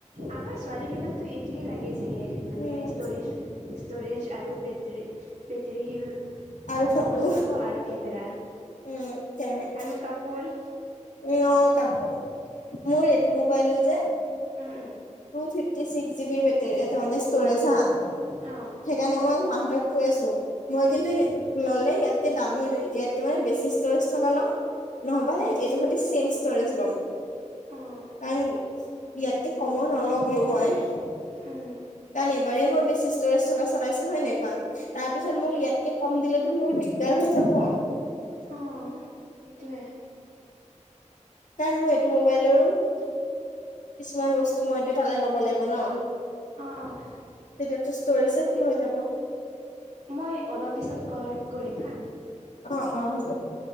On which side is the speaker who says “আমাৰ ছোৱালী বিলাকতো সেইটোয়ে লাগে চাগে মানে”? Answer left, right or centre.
Right